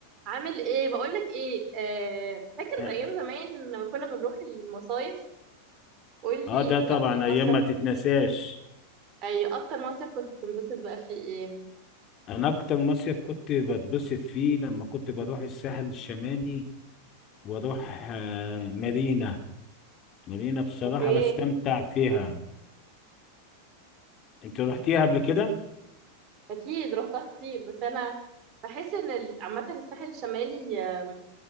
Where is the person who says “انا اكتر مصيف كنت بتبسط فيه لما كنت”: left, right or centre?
Left